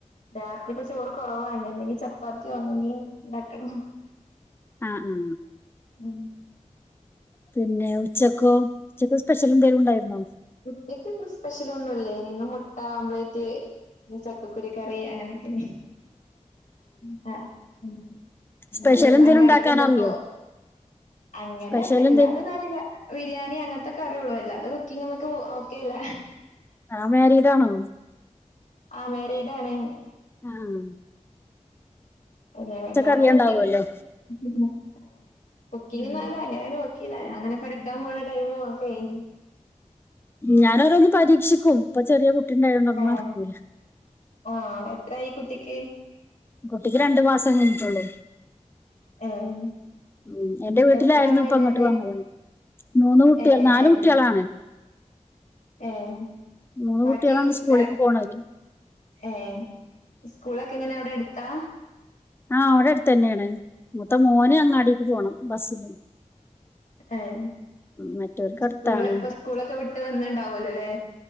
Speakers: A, on the left; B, on the left.
A: രാത്രി പ്പ ചോറ് കൊറവാ ഇനി എന്തെങ്കി ചപ്പാത്യോ ന്തെങ്കിലു ണ്ടാക്കണം. ഹ്
B: ആഹ് ആ
A: ഉം
B: പിന്നെ ഉച്ചക്കോ? ഉച്ചക്ക് സ്പെഷ്യൽ ന്തേലു ണ്ടായിരുന്നോ?
A: ഉച്ചക്ക് ന്ന് സ്പെഷ്യലൊന്നും ല്ലേനി ന്ന് മുട്ട ഓംബ്ലേറ്റ് ന്ന് ചക്കക്കുരു കറി അങ്ങനെക്കെനി ഉം ആ ഉം
B: സ്പെഷ്യൽ എന്തേലും
A: അങ്ങാടിക്കൊന്നും
B: ഉണ്ടാക്കാൻ അറിയോ
A: പോ അങ്ങനെ
B: സ്പെഷ്യൽ
A: എല്ലാരൊന്നറീല്ല.
B: എന്തേലും
A: അ ബിര്യാണി അങ്ങൻത്തൊക്കെറിയുള്ളു അല്ലാതെ കുക്കിങ്ങ് മ്മക്ക് ഓക്കെയല്ല
B: താം മാരീഡാണോ?
A: ആഹ് മേരീഡാണ്
B: ആഹ്
A: ഉ ഞാൻ വല്ലാതെ
B: അറിയാണ്ടാവുമല്ലോ
A: കുക്കിംഗ് <unintelligible> കുക്കിംഗ്
B: ഉം
A: നാനെയാണ് അങ്ങനെണ് വെ <unintelligible> അങ്ങനെ പഠിക്കാൻ പോണ ടൈമു ഒക്കെയ്നി
B: ഉം. ഞാനോരോന്ന് പരീക്ഷിക്കും. പ്പ ചെറിയ കുട്ടിണ്ടായോണ്ടൊന്നും
A: ഏഹ്
B: നടക്കൂല്ല.
A: ആഹ് എത്രായി കുട്ടിക്ക്?
B: കുട്ടിക്ക് രണ്ടു മാസം കഴിഞ്ഞിട്ടേള്ളൂ
A: ഏഹ്
B: ഉം എന്റെ വീട്ടിലായിരുന്നു
A: എത്ര ആളാ വല്യേത്?
B: പ്പ ങ്ങോട്ട് വന്നത്. മൂന്ന് കുട്ടികൾ
A: ഏഹ്
B: നാല്
A: ഏഹ്
B: കുട്ട്യളാണ്
A: ഏഹ്
B: മൂന്ന്
A: ബാക്കി
B: കുട്ടികളാണ്
A: <unintelligible>
B: സ്കൂളിലേക്ക് പോണവര്
A: ഏഹ് സ്കൂളൊക്കെങ്ങനെ അവിടെ അടുത്താ?
B: ആഹ് അവിടെ ട്ത്ത് ന്നെണ്. മൂത്ത മോന് അങ്ങാടീക്ക് പോണം ബസ്സില്
A: ഏഹ്
B: ഉം മറ്റവർക്ക്
A: സ്കൂള
B: അടുത്താണ്
A: പ്പ സ്കൂളൊക്കെ വിട്ട് വന്ന്ണ്ടാവല്ലൊ ല്ലേ?